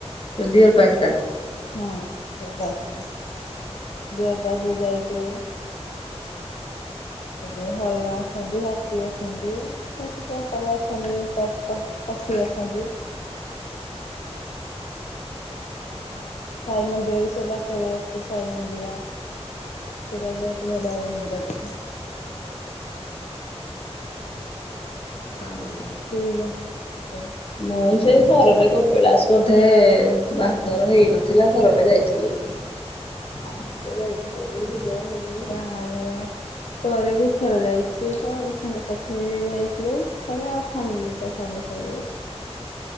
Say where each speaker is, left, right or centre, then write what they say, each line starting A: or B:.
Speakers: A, on the left; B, on the left.
A: ଡ଼ିଅର ପାର୍କଟା
B: ହଁ <unintelligible> ଏବେ ହରିଣ ଅଛନ୍ତି ହାତୀ ଅଛନ୍ତି। ସବୁ ପ୍ରକାର ଅଛନ୍ତି ପକ୍ଷୀ ଅଛନ୍ତି। ଆଉ ସାଇ ମନ୍ଦିର ବି ସେ ପାଖରେ ଅଛି ସାଇ ମନ୍ଦିର। ସେଟା ବି ବହୁତ ବଢିଆ ମନ୍ଦିର ଟେ।
A: <inaudible>
B: ଠିକ <unintelligible>
A: ମୁଁ ସେ ଥରଟେ କପିଳାସ ବୋଧେ ବାହାଘର ହେଇନଥିଲା ଥରଟେ ଯାଇଥିଲି। ଆଉ ତ ଯାଇବାକୁ
B: ହୁଁ ହୁ
A: ସୁଯୋଗ
B: ନାଇଁ
A: ମିଳୁନି।
B: ବା ର ପରେ ଦି ଥର ଯାଇଛି ତ ଆଉ ସାାଙ୍ଗ ସାଥି ହେଇ ଯାଇଥିଲୁ। ସ ଆଉ ଫ୍ୟାମିଲି ତ ସାଙ୍ଗେ ସଙ୍ଗେ ଥରେ